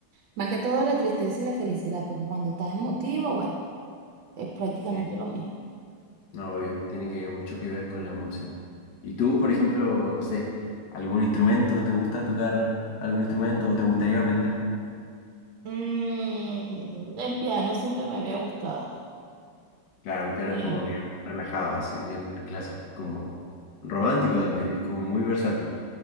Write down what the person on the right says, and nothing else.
Más que todo la tristeza y la felicidad, porque cuando estás emotivo, bueno, es prácticamente
lo mismo.
Mm, el piano siempre me había gustado,
siempre,